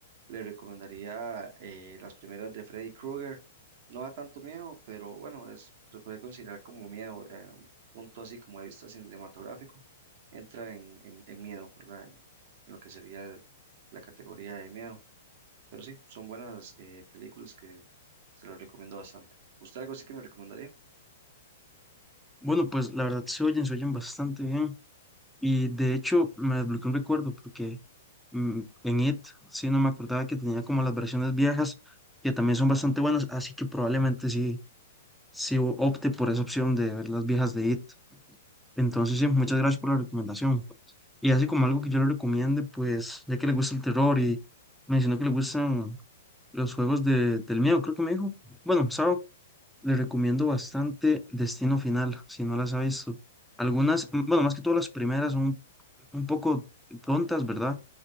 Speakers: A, on the right (about 55°); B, in the centre.
A: le recomendaría eh, las primeras de Freddy Krueger. No da tanto miedo, pero bueno, es, se puede considerar como miedo, eh, un punto así como de vista cinematográfico, entra en, en, en miedo, ¿verdad? En, en lo que sería el- la categoría de miedo. Pero sí, son buenas eh, películas que se las recomiendo bastante. ¿Usted algo así que me recomendaría?
B: Bueno, pues la verdad se oyen, se oyen bastante bien. Y de hecho me desbloqueó un recuerdo porque mm, en IT sí no me acordaba que tenía como las versiones viejas, que también son bastante buenas, así que probablemente sí, sí o- opte por esa opción de ver las viejas de IT. Entonces sí, muchas gracias por la recomendación. Y así como algo que yo le recomiende, pues ya que le gusta el terror y mencionó que le gustan los juegos de, del miedo, creo que me dijo. Bueno, Sao, le recomiendo bastante Destino Final, si no las ha visto. Algunas, mm, bueno, más que todas las primeras son un poco tontas, ¿verdad?